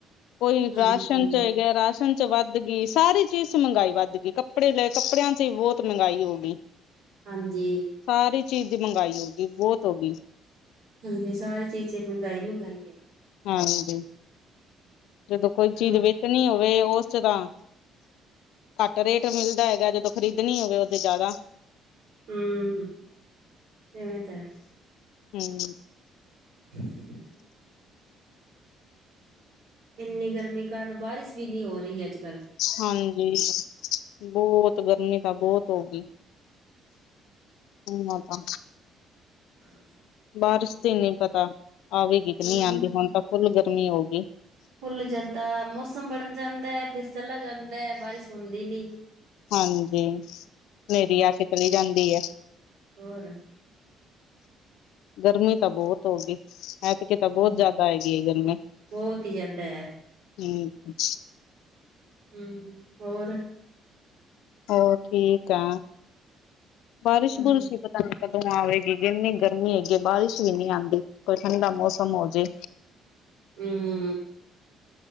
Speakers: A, on the left (about 85°); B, on the right (about 80°).
A: ਕੋਈ
B: ਹਾਂਜੀ
A: ਰਾਸ਼ਨ ਚ ਹੈਗਾ ਰਾਸ਼ਨ ਚ ਵੱਧ ਗਈ ਸਾਰੀ ਚੀਜ਼ ਮਹਿੰਗਾਈ ਵੱਧ ਗਈ ਕੱਪੜੇ ਲਏ ਕੱਪੜਿਆਂ ਚ ਵੀ ਬਹੁਤ ਮਹਿੰਗਾਈ ਹੋ ਗਈ <inaudible>
B: ਹਾਂਜੀ
A: ਸਾਰੀ ਚੀਜ਼ ਦੀ ਮਹਿੰਗਾਈ ਹੋਗੀ ਬਹੁਤ ਹੋ ਗਈ
B: ਹਾਂਜੀ ਸਾਰੀ ਚੀਜ਼ ਮਹਿੰਗਾਈ ਮਹਿੰਗਾਈ ਹੈ
A: ਹਾਂਜੀ ਜਦੋਂ ਕੋਈ ਚੀਜ਼
B: ਹੂੰ
A: ਵੇਚਣੀ ਹੋਵੇ ਉਸ 'ਚ ਤਾਂ ਘੱਟ ਰੇਟ ਮਿਲਦਾ ਹੈਗਾ ਜਦੋਂ ਖਰੀਦਣੀ ਹੋਵੇ ਉਦੋ ਜ਼ਿਆਦਾ।
B: ਹੂੰ ਇਵੇਂ ਤਾਂ ਹੈ।
A: ਹਮ
B: <inaudible> ਇੰਨੀ ਗਰਮੀ ਕਾਰਨ ਬਾਰਿਸ਼ ਵੀ ਨਹੀਂ ਹੋ ਰਹੀ ਅੱਜ ਕੱਲ੍ਹ
A: ਹਾਂਜੀ ਬਹੁਤ ਗਰਮੀ ਤਾਂ ਬਹੁਤ ਹੋ ਗਈ ਹ ਤਾਂ
B: <inaudible>
A: ਬਾਰਿਸ਼ ਤੇ ਨਹੀਂ ਪਤਾ ਆਵੇਗੀ
B: ਹੂੰ
A: ਕਿ ਨਹੀਂ ਆਉਂਦੀ ਹੁਣ ਤਾਂ ਫੁੱਲ ਗਰਮੀ ਹੋਗੀ
B: ਫੁੱਲ ਜਾਂਦਾ ਮੌਸਮ ਬਣ ਜਾਂਦਾ ਹੈ ਫੇਰ ਚਲਾ ਜਾਂਦਾ ਹੈ ਬਾਰਿਸ਼ ਹੁੰਦੀ ਨੀ
A: ਹਾਂਜੀ ਨੇਰੀ
B: ਹੂੰ
A: ਆ ਕੇ ਚਲੀ ਜਾਂਦੀ ਹੈ
B: ਹੋਰ
A: ਗਰਮੀ ਤਾਂ ਬਹੁਤ ਹੋ ਗਈ। ਐਤਕੀ ਤਾਂ
B: ਹੂੰ
A: ਬਹੁਤ ਜ਼ਿਆਦਾ ਆਏਗੀ ਏ ਗਰਮੀ।
B: ਬਹੁਤ ਹੀ ਜ਼ਿਆਦਾ ਹੈ
A: ਹੂੰ
B: ਹੂੰ ਹੋਰ
A: ਹੋਰ ਠੀਕ ਆ, ਬਾਰਿਸ਼-ਬੂਰਿਸ਼
B: ਹੂੰ
A: ਹੀ ਪਤਾ ਨੀ ਕਦੋ ਆਵੇਗੀ ਇੰਨੀ ਗਰਮੀ ਹੈਗੀ ਬਾਰਿਸ਼ ਵੀ ਨਹੀਂ ਆਂਦੀ, ਕੋਈ ਠੰਡਾ ਮੌਸਮ ਹੋਜੇ।
B: ਹੂੰ